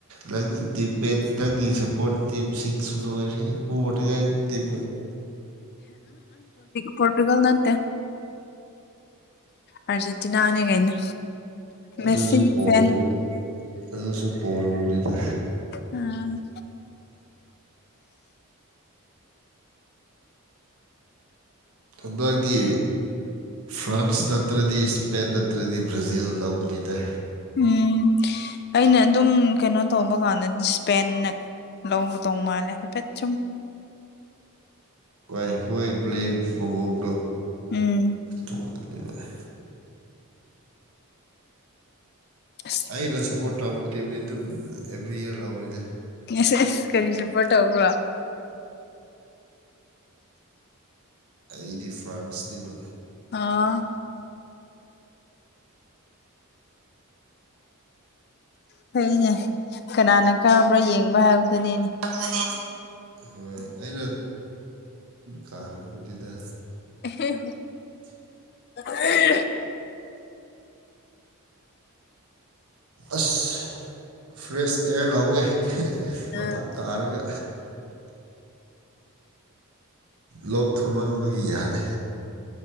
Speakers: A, on the right; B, on the left.
A: ꯅꯪꯒꯤ ꯇꯤꯝꯕ ꯅꯪꯒꯤ ꯁꯄꯣꯔꯠ ꯇꯤꯝꯁꯤꯡꯁꯨ ꯂꯣꯏꯔꯦ ꯄꯣꯔꯉꯥꯏ ꯇꯤꯝ
B: ꯄꯣꯔꯇꯨꯒꯜ ꯅꯠꯇꯦ ꯑꯔꯖꯦꯟꯇꯤꯅꯥ ꯀꯩꯅꯣ
A: ꯑꯗꯨꯁꯨ
B: ꯃꯦꯁꯤꯒꯤ
A: ꯄꯣꯔꯦꯕ
B: ꯐꯦꯟ
A: ꯑꯗꯨꯁꯨ ꯄꯣꯔꯕꯅꯤꯅ
B: ꯎꯝ
A: ꯍꯟꯗꯛꯇꯗꯤ ꯐ꯭ꯔꯥꯟꯁ ꯅꯠꯇ꯭ꯔꯗꯤ ꯏꯁꯄꯦꯟ ꯅꯠꯇ꯭ꯔꯗꯤ ꯕ꯭ꯔꯥꯖꯤꯜ ꯂꯧꯒꯅꯤꯅꯦ
B: ꯎꯝ ꯑꯩꯅ ꯑꯗꯨꯝ ꯀꯩꯅꯣ ꯇꯧꯕ ꯀꯥꯟꯗ ꯏꯁꯄꯦꯟꯅ ꯂꯣꯡ ꯇꯣꯡꯃ ꯂꯩꯒꯦ ꯄ ꯆꯨꯝ
A: ꯏ ꯃꯣꯏ ꯄꯨꯂ ꯃꯑꯣꯡꯗꯣ
B: ꯎꯝ
A: ꯅꯨꯡꯉꯅꯤ ꯏ
B: ꯑꯁ
A: ꯑꯩꯅ ꯁꯄꯣꯔꯠ ꯇꯧꯕ ꯇꯤꯝꯅꯤ ꯑꯗꯨꯝ ꯑꯦꯕ꯭ꯔꯤ ꯏꯌꯥꯔ ꯂꯧꯔꯤꯅꯦ
B: ꯁ ꯀꯔꯤ ꯁꯄꯣꯔꯠ ꯇꯧꯕ꯭ꯔꯣ
A: ꯑꯩꯗꯤ ꯐ꯭ꯔꯥꯟꯁꯅꯦꯕ꯫
B: ꯑꯥ꯫ ꯐꯩꯅꯦ ꯀꯅꯥꯅ ꯀꯥꯕ꯭ꯔꯥ ꯌꯦꯡꯕ ꯍꯥꯏꯕꯗꯨꯅꯦꯅꯦ꯫
A: <unintelligible> ꯑꯩꯅ ꯀꯥꯔꯕꯨꯗꯤꯗ
B: <inaudible>
A: ꯑꯁ ꯐ꯭ꯔꯦꯁ ꯑꯦꯌꯥꯔ ꯂꯥꯎꯒꯦ ꯃꯊꯛ
B: ꯑ
A: ꯀꯥꯔꯒ꯫ ꯂꯣꯛ ꯊꯨꯝꯃꯟꯕꯒꯤ ꯌꯥꯗꯦ꯫